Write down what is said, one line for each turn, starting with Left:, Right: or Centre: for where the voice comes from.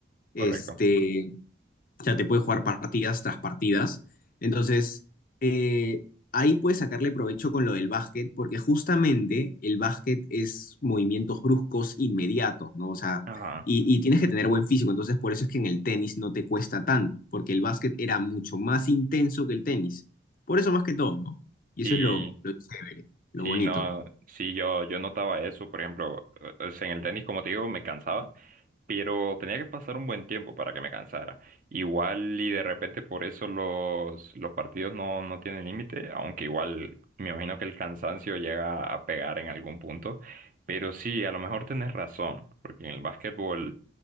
Right: Correcto.
Left: Este, o sea, te puede jugar partidas tras partidas. Entonces, eh, ahí puedes sacarle provecho con lo del básquet, porque justamente el básquet es movimientos bruscos inmediatos, ¿no? O sea,
Right: Ajá.
Left: y, y tienes que tener buen físico. Entonces, por eso es que en el tenis no te cuesta tanto, porque el básquet era mucho más intenso que el tenis. Por eso más que todo, ¿no? Y
Right: Sí,
Left: eso es lo, lo chévere, lo
Right: sí,
Left: bonito.
Right: no, sí, yo, yo notaba eso, por ejemplo, o sea, en el tenis, como te digo, me cansaba, pero tenía que pasar un buen tiempo para que me cansara. Igual y de repente por eso los, los partidos no, no tienen límite, aunque igual me imagino que el cansancio llega a pegar en algún punto, pero sí, a lo mejor tenés razón, porque en el básquetbol,